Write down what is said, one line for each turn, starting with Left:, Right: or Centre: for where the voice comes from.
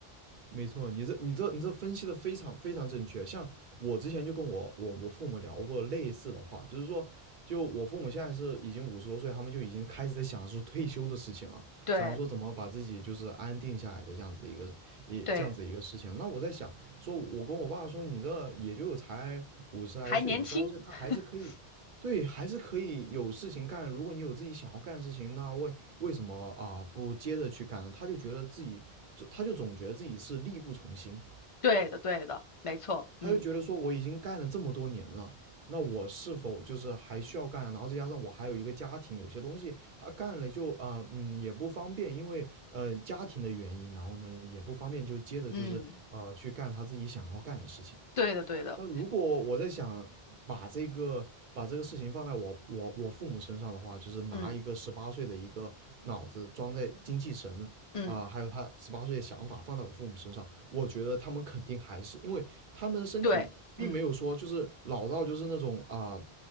Right: 没错，你这你这你这分析的非常非常正确。像我之前就跟我我我父母聊过类似的话，就是说，就我父母现在是已经五十多岁，他们就已经开始在想说退休的事情了，
Left: 对
Right: 想说怎么把自己就是安定下来的这样子一个一这样子一个事情。
Left: 对，
Right: 那我在想，说我跟我爸说，你这也就才五十来岁，
Left: 还年轻，
Right: 五十来岁他还是可以对，
Left: <laughs>
Right: 还是可以有事情干。如果你有自己想要干的事情，那为为什么啊、不接着去干呢他就觉得自己，他就总觉得自己是力不从心，
Left: 对的对的，没错，嗯
Right: 他就觉得说我已经干了这么多年了，那我是否就是还需要干啊然后再加上我还有一个家庭，有些东西他干了就啊、呃嗯也不方便，因为呃家庭的原因，然后呢也不方便就接着就是呃去干他自己想要干的事情。
Left: 嗯，对的对的，
Right: 那如果我在想把这个把这个事情放在我我我父母身上的话，就是拿一个十八岁的一个脑子装在精气神啊、
Left: 嗯嗯，
Right: 还有他十八岁的想法放在我父母身上，我觉得他们肯定还是因为他们的身体并没有说就是老到就是那种啊、
Left: 对，嗯